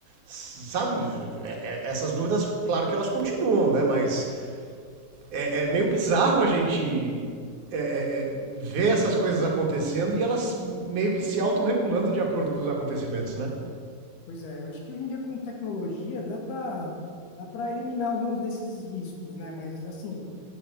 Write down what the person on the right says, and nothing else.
S- Sabe, É- é- essas dúvidas, claro que elas continuam, né? Mas é, é meio bizarro a gente é, é, é, ver essas coisas acontecendo e elas meio que se autorregulando de acordo com os acontecimentos, né?